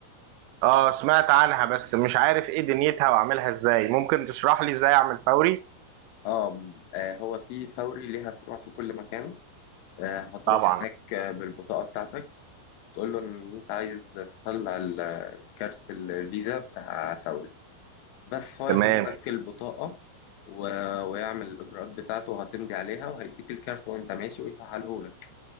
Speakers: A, on the right (about 85°); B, on the left (about 80°).
A: آه، سمعت عنها بس مش عارف ايه دنيتها واعملها ازاي ممكن تشرح لي ازاي اعمل فوري
B: اه آه، هو في فوري ليها فروع في كل مكان آه، هتروح
A: طبعا
B: هناك آه، بالبطاقة بتاعتك تقول له ان انت عايز تطلع ال- كارت الفيزا بتاع فوري بس هو
A: تمام
B: ياخد منك البطاقة و... ويعمل الإجراءات بتاعته وهتمضي عليها وهيديك الكارت وأنت ماشي ويفعله لك